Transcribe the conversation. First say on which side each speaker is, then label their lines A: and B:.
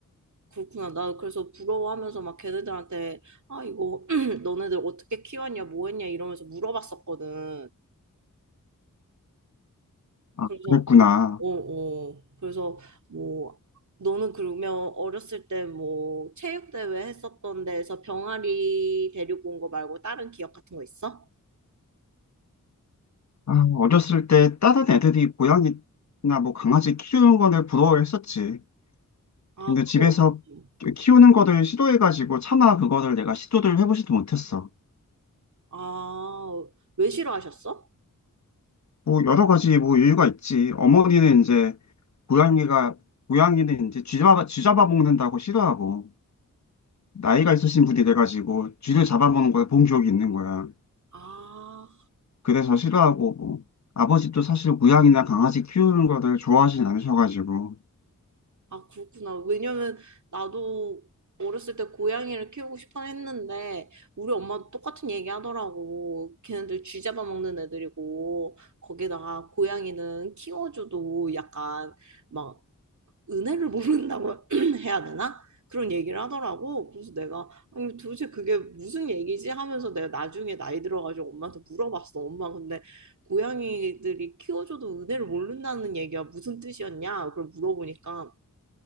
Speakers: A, on the right (about 60°); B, on the left (about 55°).
A: 그렇구나. 나 그래서 부러워하면서 막 걔네들한테, 아, 이거, <clears throat> 너네들 어떻게 키웠냐, 뭐 했냐, 이러면서 물어봤었거든.
B: 아,
A: 그래서,
B: 그랬구나.
A: 어, 어. 그래서, 뭐, 너는 그러면 어렸을 때 뭐, 체육대회 했었던 데에서 병아리 데리고 온 거 말고 다른 기억 같은 거 있어?
B: 아, 어렸을 때 다른 애들이 고양이나 뭐 강아지 키우는 거를 부러워했었지.
A: 아,
B: 근데
A: 그거.
B: 집에서
A: 없지.
B: 키우는 거를 시도해가지고 차마 그거를 내가 시도를 해보지도 못했어.
A: 아, 왜 싫어하셨어?
B: 뭐 여러 가지 뭐 이유가 있지. 어머니는 이제 고양이가 고양이는 이제 쥐 잡아 쥐 잡아먹는다고 싫어하고 나이가 있으신 분이 돼가지고 쥐를 잡아먹는 걸 본 기억이 있는 거야.
A: 아,
B: 그래서 싫어하고 뭐 아버지도 사실 고양이나 강아지 키우는 거를 좋아하진 않으셔가지고
A: 아, 그렇구나. 왜냐면 나도 어렸을 때 고양이를 키우고 싶어 했는데 우리 엄마도 똑같은 얘기 하더라고. 걔네들 쥐 잡아먹는 애들이고 거기다가 고양이는 키워줘도 약간 막 은혜를 모른다고 <clears throat> 해야 되나? 그런 얘기를 하더라고. 그래서 내가 아니 도대체 그게 무슨 얘기지? 하면서 내가 나중에 나이 들어가지고 엄마한테 물어봤어. 엄마 근데 고양이들이 키워줘도 은혜를 모른다는 얘기가 무슨 뜻이었냐? 그걸 물어보니까